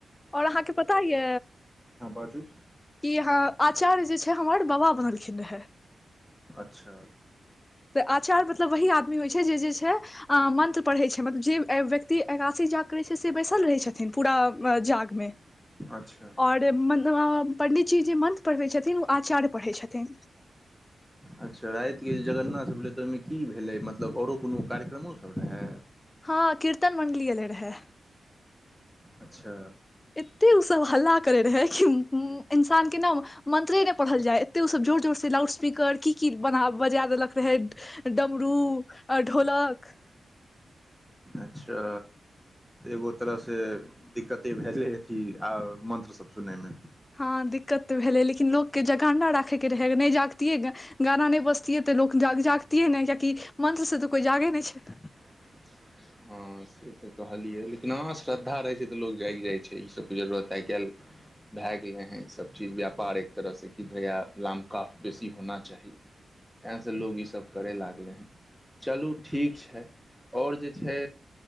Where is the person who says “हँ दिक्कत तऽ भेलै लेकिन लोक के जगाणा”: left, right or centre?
Left